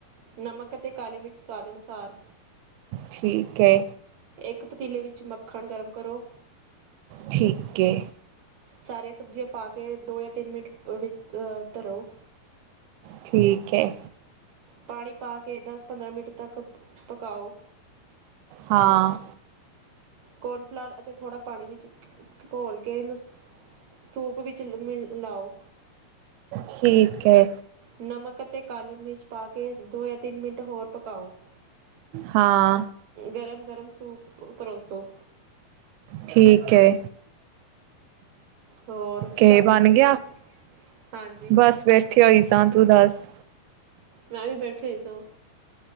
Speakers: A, on the right; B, on the right.
A: ਨਮਕ ਤੇ ਕਾਲੇ ਮਿਰਚ ਸਵਾਦ ਅਨੁਸਾਰ।
B: ਠੀਕ ਐ।
A: ਇੱਕ ਪਤੀਲੇ ਵਿੱਚ ਮੱਖਣ ਗਰਮ ਕਰੋ।
B: ਠੀਕ ਐ।
A: ਸਾਰੇ ਸਬਜ਼ੀਆਂ ਪਾ ਕੇ ਦੋ ਜਾਂ ਤਿੰਨ ਮਿੰਟ ਵਿੱਚ ਅ ਧਰੋ।
B: ਠੀਕ ਐ।
A: ਪਾਣੀ ਪਾ ਕੇ ਦਸ- ਪੰਦਰਾਂ ਮਿੰਟ ਤੱਕ ਪਕਾਓ।
B: ਹਾਂ
A: ਕੋਰਨਫਲਰ ਅਤੇ ਥੋੜ੍ਹਾ ਪਾਣੀ ਚ ਘੋਲ ਕੇ ਉਨੂੰ ਸ ਸੂਪ ਵਿੱਚ ਮਿਲ-ਮਿਲਲਾਓ।
B: ਠੀਕ ਐ।
A: ਨਮਕ ਅਤੇ ਕਾਲੀ ਮਿਰਚ ਪਾ ਕੇ ਦੋ ਜਾਂ ਤਿੰਨ ਮਿੰਟ ਹੋਰ ਪਕਾਓ।
B: ਹਾਂ
A: ਗਰਮ- ਗਰਮ ਸੂਪ ਪਰੋਸੋ।
B: ਠੀਕ ਐ।
A: ਹੋਰ ਕੀ
B: ਕਿ
A: ਕਰਦੇ
B: ਬਣ
A: ਪਏ
B: ਗਿਆ।
A: ਸੀ ਹਾਂਜੀ
B: ਬਸ ਬੈਠੇ ਹੋਈ ਸਾਂ, ਤੂੰ ਦੱਸ?
A: ਮੈਂ ਵੀ ਬੈਠੀ ਹੋਈ ਸਾਂ।